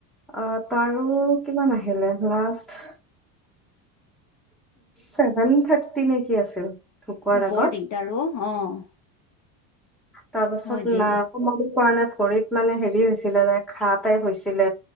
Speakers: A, in the centre; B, on the left.
A: অ' তাৰো কিমান আহিলে লাষ্ট চেভেন থাত্তি নে কি আছিল। ঢুকোৱাৰ
B: অ'
A: আগত
B: বৰ দিগদাৰ অ', অ'।
A: তাৰপাছত
B: হয় দিয়া
A: নাই কমাব পৰা নাই ভৰিত মানে হেৰি হৈছিলে লাইক ঘাঁ টাইপ হৈছিলে।